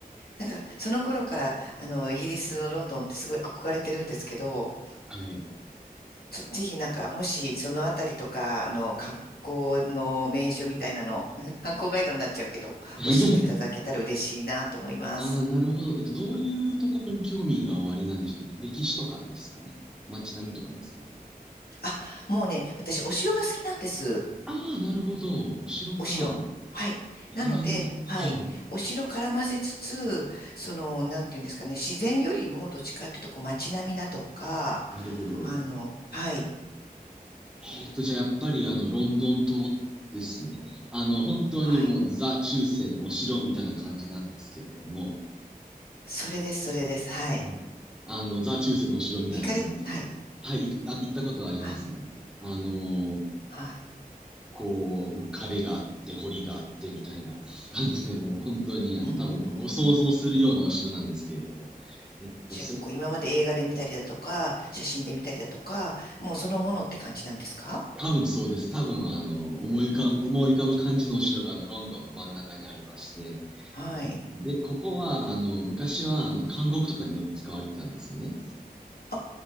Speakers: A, on the left (about 85°); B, in the centre.
A: なんかその頃から、あの、イギリスのロンドンってすごい憧れてるんですけど、
B: はい。
A: ちょぜひなんか、もしそのあたりとか、あの、観光の名所みたいなの、<laughs> なんか観光ガイドになっちゃうけど、
B: <laughs>
A: 教えていただけたら嬉しいなと思います。
B: ああ、なるほど。えっと、どういうところに興味がおありなんでしょう。歴史とかですかね。街並みとかですかね。
A: あ、もうね、私、お城が好きなんです。
B: ああ、なるほど。お城か。
A: お城。はい。
B: へえ、
A: なので、はい。
B: はい。
A: お城絡ませつつ、その、なんていうんですかね、自然よりも、どっちかっていうと、こう、街並みだとか、
B: なるほど。
A: あの、はい。
B: えっと、じゃあやっぱりあの、ロンドン島ですね。あの、本当にもうザ中世のお城みたいな感じなんですけれども、
A: はい。それです、それです。はい。
B: はい。あの、ザ・中世のお城みたいな感じで。
A: 行かれ、はい。
B: はい、行く、あ、行ったことはありますね。
A: はい。
B: あの
A: はい。
B: こう、壁があって、堀があって、みたいな感じで、もう本当に、あの、
A: うー
B: 多分ご想像するようなお城なんですけれども。
A: ん。
B: えっと、
A: じゃあ、
B: そ、
A: こう、今まで映画で見たりだとか、写真で見たりだとか、もうそのものって感じなんですか
B: 多分そうです。多分、あの、思い浮かん、思い浮かぶ感じのお城が、あの、ロンドンの真ん中にありまして。
A: はい。
B: で、ここは、あの、昔は、あの、監獄とかによく使われてたんですね。
A: あ、